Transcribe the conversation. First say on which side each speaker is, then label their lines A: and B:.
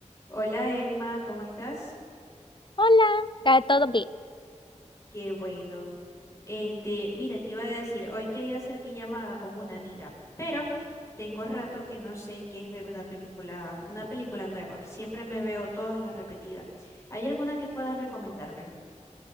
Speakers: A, on the left (about 25°); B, on the left (about 40°).
A: Hola Emma, ¿cómo estás?
B: Hola, ¿está todo bien?
A: Qué bueno. Este, mira, te iba a decir, hoy quería hacer pijamada con una amiga, pero tengo rato que no sé qué es ver una película, una película nueva. Siempre me veo todas las repetidas. ¿Hay alguna que puedas recomendarme?